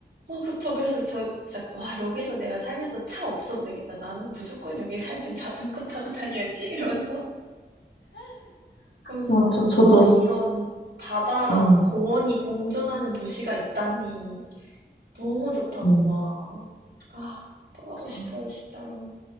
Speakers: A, on the right; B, on the left.
A: 어, 그쵸. 그래서 저 진짜, 와, 여기서 내가 살면서 차 없어도 되겠다. 나는 무조건 여기 살면 자전거 타고 다녀야지. 이러면서. 그러면서
B: 맞죠.
A: 막,
B: 저도,
A: 아, 이런 바다랑
B: 음,
A: 공원이 공존하는 도시가 있다니. 너무 좋다고
B: 음.
A: 막. 아, 또 가고
B: 참,
A: 싶어요, 진짜로.